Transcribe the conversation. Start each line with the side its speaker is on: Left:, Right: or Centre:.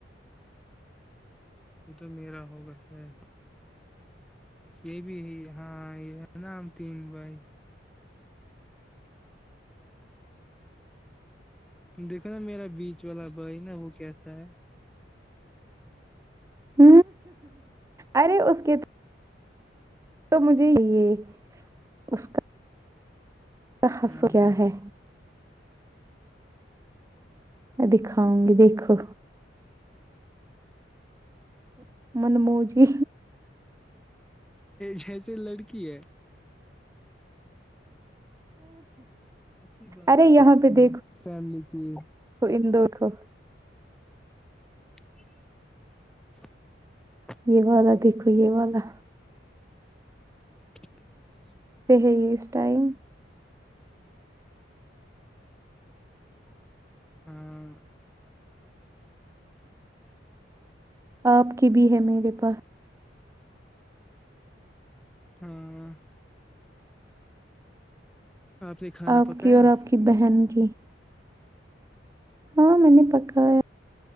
Centre: یہ تو میرا ہوگا شاید یہ بھی ہاں یہ ہے نام تین بھائی تم دیکھو نا میرا بیچ والا بھائی نا وہ کیسا ہے
Right: ہ ارے اس کےت تو مجھے یہ اس کا حصو
Centre: ہاں ہاں
Right: کیا ہے میں دکھاؤں گی دیکھو منمو جی
Centre: جیسے لڑکی ہے اچھی بات
Right: ارے
Centre: ہے
Right: یہاں پہ دیکھو
Centre: فیملی جی
Right: ان دو کو
Centre: <inaudible>
Right: یہ والا دیکھو یہ والا
Centre: <inaudible>
Right: پ ہے اس ائم
Centre: ہاں
Right: آپ کی بھی ہے میرے پاس
Centre: ہاں نے کھانا
Right: آپ
Centre: پکایا
Right: کی اور آپ کی بہن کی ہاں میں نے پکا ہے